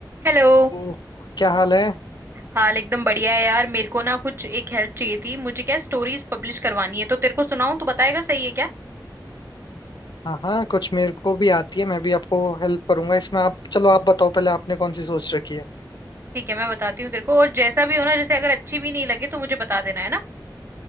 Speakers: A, on the right; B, on the left.
A: Hello
B: तो क्या हाल है
A: हाल एकदम बढ़िया है यार मेरे को ना कुछ एक हेल्प चाहिए थी मुझे क्या स्टोरीज पब्लिश करवानी है तो तेरे को सुनाऊं तू बताएगा सही है क्या
B: हाँ हाँ कुछ मेरे को भी आती है मैं भी आपको हेल्प करूंगा इसमें आप चलो आप बताओ पहले आपने कौन सी सोच रखी है
A: ठीक है मैं बताती हूँ तेरे को और जैसा भी हो ना जैसे अगर अच्छी भी नहीं लगे तो मुझे बता देना है ना